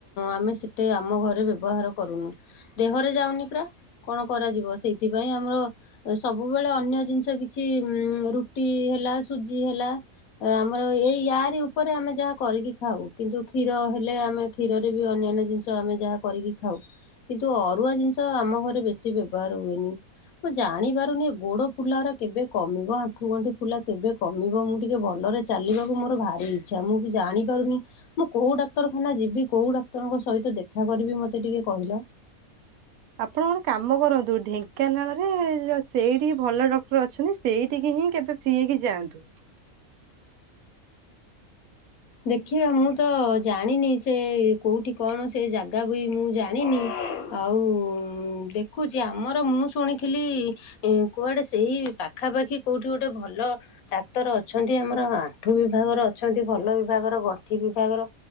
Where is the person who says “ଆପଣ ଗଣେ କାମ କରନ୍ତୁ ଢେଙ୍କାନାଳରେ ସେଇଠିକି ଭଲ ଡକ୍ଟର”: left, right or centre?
Right